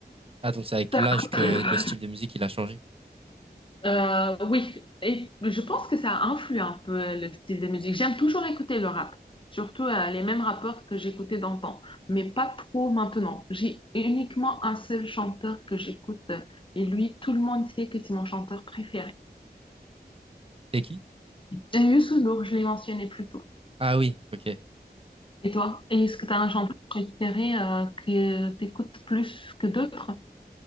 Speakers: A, on the right; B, on the left.
A: Ah, donc c'est avec
B: <laughs>
A: l'âge que le style de musique, il a changé.
B: Euh, oui, et je pense que ça influe un peu le style de musique. J'aime toujours écouter le rap, surtout euh, les mêmes rappeurs que j'écoutais d'antan, mais pas trop maintenant. J'ai uniquement un seul chanteur que j'écoute euh, et lui, tout le monde sait que c'est mon chanteur préféré.
A: C'est qui?
B: J'aime Youssou Ndour, je l'ai mentionné plus tôt.
A: Ah oui, ok.
B: Et toi, est-ce que tu as un chanteur préféré euh, que tu écoutes plus que d'autres?